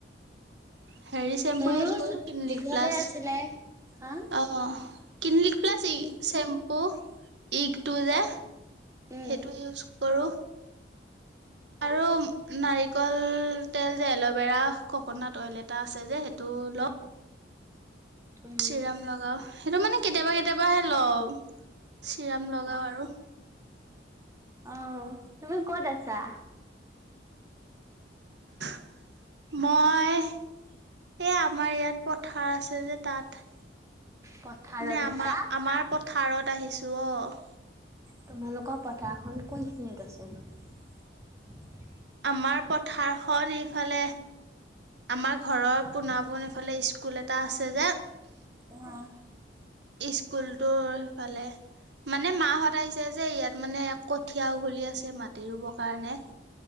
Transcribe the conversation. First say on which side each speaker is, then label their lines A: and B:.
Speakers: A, on the right (about 70°); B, on the right (about 15°).
A: হেৰি চেম্পু
B: মোৰো
A: ইউজ কৰো
B: চু
A: ক্লিনিকপ্লাছ
B: দীঘলে আছিলে। হা?
A: অ'। ক্লিনিক প্লাছ ই
B: উম
A: চেম্পু। ইগটো যে
B: অ উম
A: সেইটো ইউজ কৰোঁ। আৰু নাৰিকল তেল যে এল'ভেৰা কক'নাট অইল এটা আছে যে সেইটো লওঁ।
B: উম উম
A: চিৰাম লগাওঁ সেইটো মানে কেতিয়াবা কেতিয়াবাহে লওঁ। চিৰাম লগাওঁ আৰু।
B: অহ তুমি ক'ত আছা?
A: <inaudible> মই এই আমাৰ ইয়াত পথাৰ আছে যে তাত।
B: পথাৰত
A: মানে আমাৰ
B: আছা?
A: আমাৰ পথাৰত আহিছোঁ অ'।
B: তোমালোকৰ পথাৰখন কোনখিনিত আছেনো?
A: আমাৰ পথাৰখন এইফালে আমাৰ ঘৰৰ পোণা পোন এফালে স্কুল এটা আছে যে
B: আহ <inaudible>
A: স্কুলটোৰ ফালে মানে মাহঁত আহিছে যে ইয়াত মানে কঠীয়া উঘলি আছে মাটি ৰুবৰ কাৰণে।